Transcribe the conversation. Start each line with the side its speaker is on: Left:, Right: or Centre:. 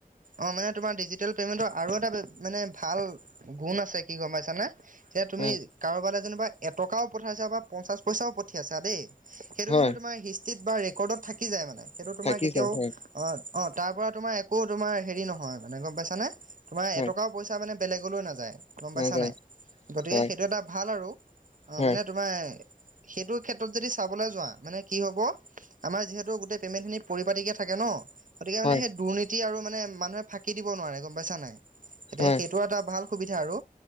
Right: অ', মানে তোমাৰ ডিজিটেল পেমেণ্টৰ আৰু এটা মানে ভাল গুণ আছে কি গম পাইছানে এতিয়া তুমি
Left: হয়
Right: কাৰোবালৈ যেনিবা এটকাও পঠাইছা বা পঞ্চাছ পইচাও পঠিয়াইছা দেই সেইটো
Left: হয়
Right: কিন্তু তোমাৰ হিষ্টিত বা ৰেকৰ্ডত থাকি যায় মানে সেইটো তোমাৰ
Left: থাকি
Right: কেতিয়াও
Left: যায় হয়
Right: অঁ', অঁ', তাৰ পৰা তোমাৰ একো তোমাৰ হেৰি নহয় মানে গম পাইছানে তোমাৰ
Left: হয়
Right: এটকাও পইচা মানে বেলেগলৈ নাযায় গম
Left: নাযায়
Right: পাইছা নাই গতিকে
Left: হয়
Right: সেইটো এটা ভাল আৰু। অ',
Left: হয়
Right: মানে তোমাৰ সেইটো ক্ষেত্ৰত যদি চাবলৈ যোৱা মানে কি হব আমাৰ যিহেতু গোটেই পেমেণ্ট খিনি পৰিপাটিকে থাকে ন'! গতিকে মানে
Left: হয়
Right: সেই দুৰ্নীতি আৰু মানে মানুহে ফাঁকি দিব নোৱাৰে গম পাইছা নাই। এতিয়া
Left: হয়
Right: সেইটো এটা ভাল। সুবিধা আৰু